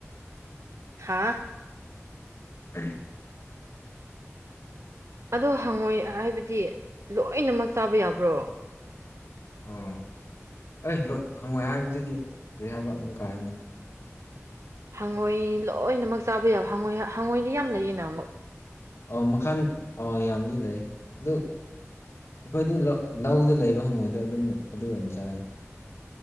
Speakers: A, on the right; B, on the left.
A: ꯍꯥꯥ
B: ꯑꯍ
A: ꯑꯗꯣ ꯍꯪꯉꯣꯏ ꯍꯥꯏꯕꯗꯤ ꯂꯣꯏꯅꯃꯛ ꯆꯥꯕ ꯌꯥꯕ꯭ꯔꯣ
B: ꯑꯣ ꯑꯩ ꯂꯣꯏ ꯍꯪꯉꯣꯏ ꯍꯥꯏꯕꯗꯨꯗꯤ ꯀꯔꯤ ꯍꯥꯏꯕ ꯑꯃꯝ ꯀꯥꯔꯅꯤ
A: ꯍꯪꯉꯣꯏ ꯂꯣꯏꯅꯃꯛ ꯆꯥꯕ ꯌꯥꯕ ꯍꯉꯣꯏ ꯍꯪꯉꯣꯏꯗꯤ ꯌꯥꯝ ꯂꯩꯌꯦꯅ ꯑꯃꯨꯛ
B: ꯑ ꯃꯈꯜ ꯑ ꯌꯥꯝꯗꯤ ꯂꯩ ꯑꯗꯨ ꯑꯩꯈꯣꯏꯗꯤ ꯂꯧꯗ ꯂꯩꯕ ꯍꯪꯉꯣꯢꯗꯣ ꯑꯗꯨꯝ ꯑꯗꯨ ꯑꯣꯏꯅ ꯆꯥꯏ